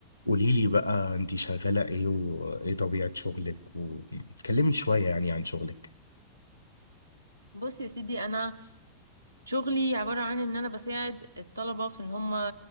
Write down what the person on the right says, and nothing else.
بص يا سيدي انا شغلي عباره عن ان انا بساعد الطلبه في ان هم